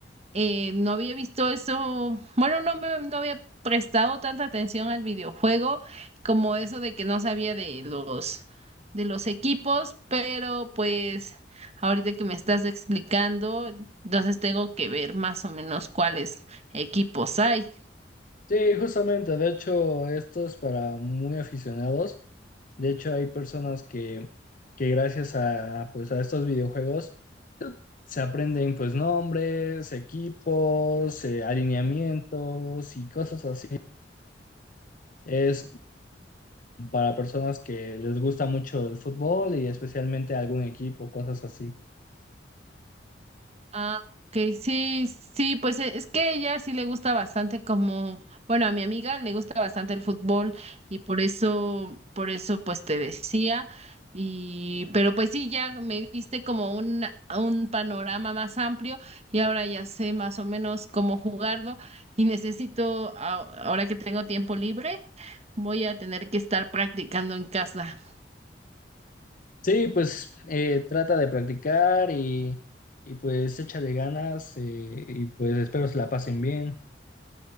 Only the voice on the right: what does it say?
eh, no había visto eso. Bueno, no me no había prestado tanta atención al videojuego como eso de que no sabía de los de los equipos, pero pues ahorita que me estás explicando, entonces tengo que ver más o menos cuáles equipos hay.
Ah, ok, sí, sí, pues e- es que ella sí le gusta bastante como, bueno, a mi amiga le gusta bastante el fútbol y por eso, por eso pues te decía y, pero pues sí, ya me diste como un, un panorama más amplio y ahora ya sé más o menos cómo jugarlo y necesito, a- ahora que tengo tiempo libre, voy a tener que estar practicando en casa.